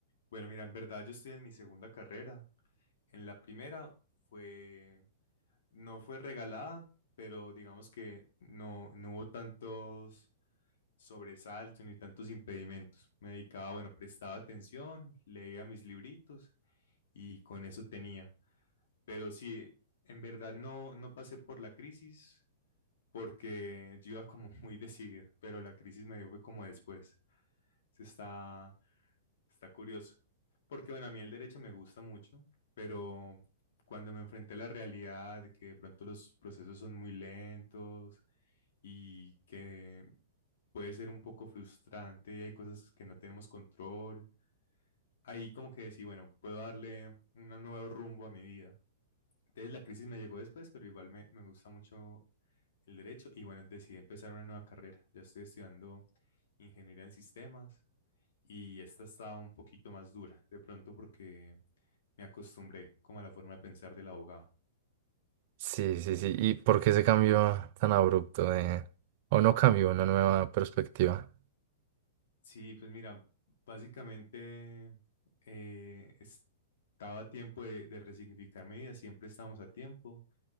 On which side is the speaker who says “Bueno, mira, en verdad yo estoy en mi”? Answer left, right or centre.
Left